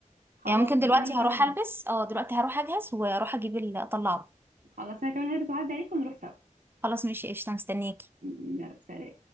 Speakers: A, on the right; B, on the right.
A: خلاص
B: يعني ممكن دلوقتي
A: ماشي وانا
B: هروح
A: كمان
B: ألبس أه دلوقتي هروح أجهز وأروح أجيب ال- أطلعه
A: خلاص انا كمان هلبس وعدي عليك ونروح سوا
B: خلاص ماشي قشطة مستنياكي
A: يلا سلام